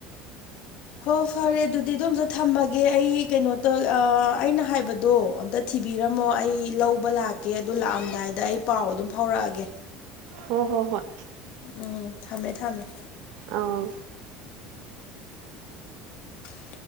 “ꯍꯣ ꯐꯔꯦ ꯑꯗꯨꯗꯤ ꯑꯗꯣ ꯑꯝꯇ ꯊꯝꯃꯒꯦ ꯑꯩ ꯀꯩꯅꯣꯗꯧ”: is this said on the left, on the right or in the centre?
Left